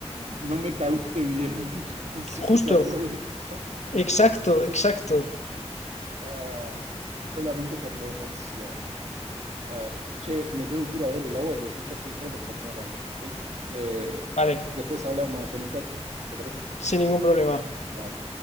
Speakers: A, on the right (about 75°); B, on the left (about 85°).
A: no me caíste bien, <laughs> así
B: Justo,
A: que te hago esto.
B: exacto, exacto.
A: Ay, solamente por la emoción. Ay, che, me tengo que ir a ver el agua que puse hace un rato para tomar algo, ¿sí? Eh,
B: Vale,
A: después hablamos en un cacho, ¿te parece?
B: sin ningún problema.
A: Dale.